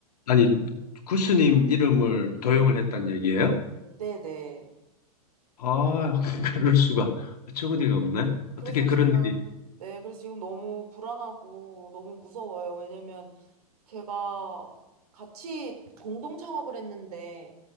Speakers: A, on the left; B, on the right.
A: 아니, 구스님 이름을 도용을 했단 얘기예요?
B: 네네.
A: 아, <laughs> 그럴 수가. 어처구니가 없네.
B: 그래서
A: 어떻게 그런
B: 지금,
A: 일이,
B: 네, 그래서 지금 너무 불안하고 너무 무서워요. 왜냐면 제가 같이 공동 창업을 했는데